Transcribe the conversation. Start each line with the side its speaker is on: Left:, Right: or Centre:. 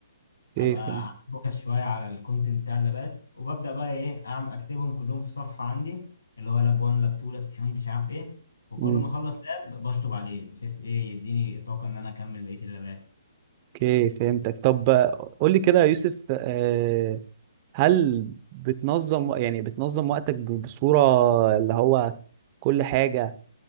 Left: فابقى
Right: اوكي فهمت
Left: عامل فوكس شويه على الكونتنت بتاع اللابات وببدا بقى ايه اعمل اكتبهم كلهم في صفحه عندي اللي هو لاب 1 لاب 2 لاب 3 مش عارف ايه وكل
Right: امم
Left: ما اخلص لاب بشطب عليه بحيث ايه يديني طاقه ان انا اكمل بقيه اللابات
Right: اوكي فهمتك طب آه، قول لي كده يا يوسف آه، هل بتنظم يعني بتنظم وقتك ب- بصورة اللي هو كل حاجة